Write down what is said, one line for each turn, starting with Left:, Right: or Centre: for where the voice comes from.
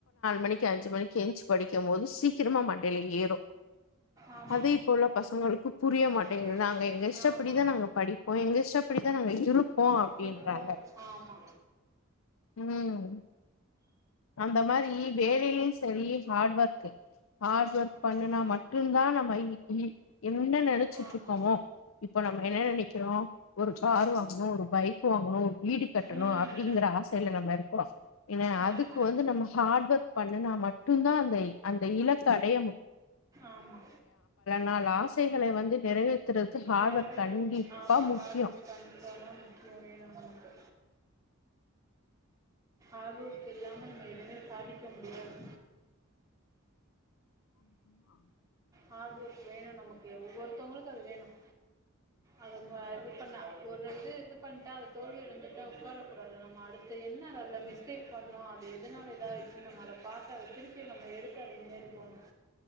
Left: மணிக்கு அஞ்சு மணிக்கு எஞ்சு படிக்கும் போது சீக்கிரமா மண் வெல ஏறும்
Right: ஆமா
Left: அதே
Right: ஆமா
Left: இப்பே உள்ள பசங்களுக்கு புரிய மாட்டேங்குது
Right: ம்
Left: நாங்க எங்க இஷ்டபடிதான்
Right: ஆமா
Left: நாங்க படிப்போம் எங்க இஷ்டபடிதான் நாங்க இருப்போம் அப்டின்றாங்க
Right: இருப்போம் ஆமா
Left: ம் அந்த மாரி வேலெலியும் செரி ஹார்டு ஒர்க் ஹார்டு ஒர்க் பண்ணுனா
Right: ஆமா
Left: மட்டும் தான் நம்ம இன்னைக்கு என்ன நெனச்சிட்டு
Right: ஆமா
Left: இருக்கோமோ இப்ப நம்ம என்ன நெனைக்கிறோம் ஒரு கார் வாங்கணும் ஒரு பைக் வாங்கணும் ஒரு வீடு கட்டணும்
Right: ம்
Left: அப்டிங்கற ஆசையில நம்ம இருக்குரோம் ஏன்ன அதுக்கு
Right: ஆமா
Left: இப்ப வந்து நம்ம ஹார்டு ஒர்க் பண்ணுனா மட்டும்தா அந்த அந்த இலக்க அடய
Right: ஆமா
Left: நாள் ஆசைகளை வந்து நிறைவேத்துறதுக்கு ஹார்ட்
Right: நரவேத்த
Left: ஒர்க் கண்டிப்பா
Right: ஆமா
Left: முக்கியோ
Right: ஹார்டுவொர்க் கண்டிப்பா தான் முக்கியம் வேணும் நமக்கு ஆகூருக்கு இல்லாம நீங்க எதுமே சாதிக்க முடியாது ஹார்டு ஒர்க் வேணு நமக்கு ஒவ்வொருத்தவங்களுக்கு அது வேணும் அது இது பண்ண ஒரு இது இ பண்ட்டாப் தோல்வி எழுந்துட்டா உக்கார கூடாது ஆனா மாடு இப்ப என்ன அதுல மிஸ்டேக் பண்ணோம் அது எதுனால சின்னம் அத பார்த்த அத திருப்பி நம்ம எடுத்து அது முன்னேறி போணும்